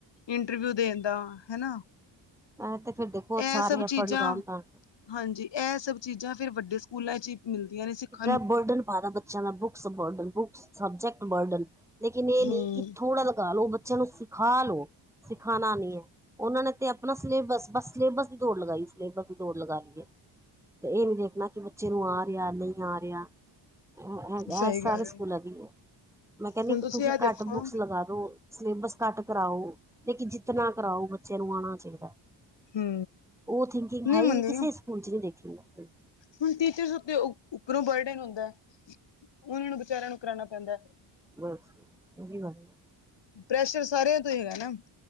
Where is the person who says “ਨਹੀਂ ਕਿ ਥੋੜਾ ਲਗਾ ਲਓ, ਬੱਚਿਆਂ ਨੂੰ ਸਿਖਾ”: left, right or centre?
Centre